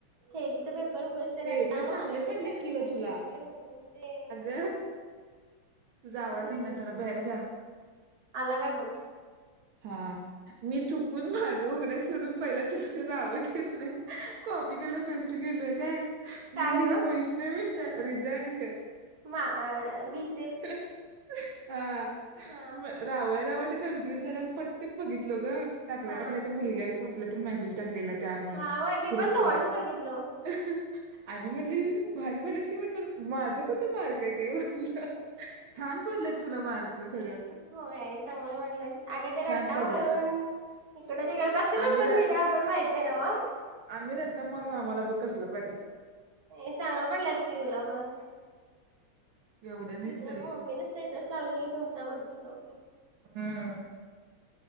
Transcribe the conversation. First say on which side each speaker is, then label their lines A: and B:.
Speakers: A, on the right; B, on the right.
A: थेरीच पेपर उगच ते
B: थेरीला
A: रट्टा
B: चांगले
A: मारलोय,
B: पडलेत
A: काय
B: की
A: पण
B: ग
A: लिहिले,
B: तुला
A: म्हणून ते
B: <inaudible> तुझा आवाज
A: हे
B: येई ना, त्याला बॅक जा.
A: आला काय बघ?
B: हा. मी चुकून माझं उघडं सोडून, पहिला तुझं <unintelligible> कॉपी केलं फेस्ट केलय काय, म्हणलं
A: काय ग
B: की वैष्णवीच रिझल्ट
A: हा अं वी
B: <inaudible> हा
A: हा
B: म रावय रावय तर कन्फ्युज झालं पटकन बघितलो गं. टाकल्या,
A: हा
B: टाकल्या त्या मुलग्याने कुठल्या तर मेसेज टाकला केला त्यामुळं.
A: हा होय मी
B: ग्रुप
A: पण तवाच
B: वर
A: बघितलो.
B: हं हं. आणि म्हटलं भारी पडलं कि म्हटलं, माझं कुठं मार्क येत ते म्हटलं. छान पडलेत तुला मार्क. खरं
A: होय चांगलं वाटलंय, अगं ते
B: छान
A: रट्टा
B: पडल्यात
A: मारून इकडे तिकडे कसे
B: आम्ही
A: पेपर
B: रा-
A: लिहले, आपण माहितेये ना व.
B: आम्ही रट्टा मारून, आम्हाला बघ कसलं पडलंय.
A: ये चांगलं पडलेत की इला पण
B: एवढं नाही
A: तुझ्या
B: तरी
A: मम्मीने स्टेटस लावलेली, तुमच्या बघितलो मी. <inaudible>
B: हम्म